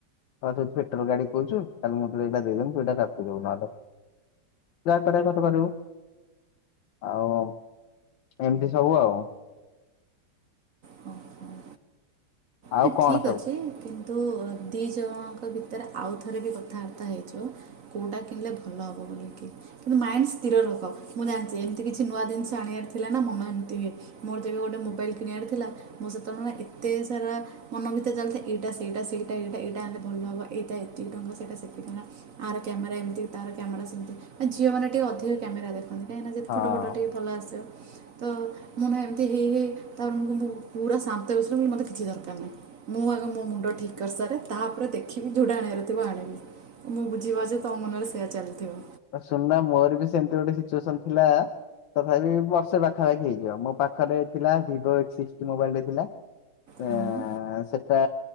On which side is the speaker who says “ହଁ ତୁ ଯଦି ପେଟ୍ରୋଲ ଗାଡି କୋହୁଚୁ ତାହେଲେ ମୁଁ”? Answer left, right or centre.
Left